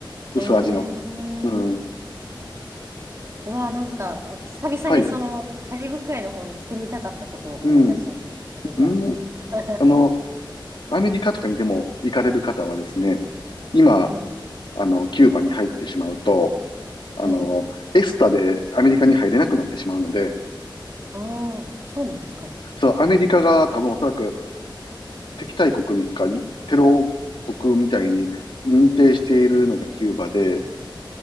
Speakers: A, on the left; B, on the right.
A: 薄味の。
B: ええー
A: うん。
B: うわあ、なんか、久々にその、
A: はい。
B: カリブ海の方に行ってみたかったことを思い出しました、
A: うん。
B: 自分が。
A: うん。
B: <laughs>
A: あの、アメリカとかにでも行かれる方はですね、今、
B: うん。
A: あの、キューバに入ってしまうと、あの、
B: <laughs> はい。
A: エスタでアメリカに入れなくなってしまうので、
B: ああ、そうなんですか。
A: そう、アメリカが多分おそらく敵対国か、テロ国みたいに認定しているのがキューバで、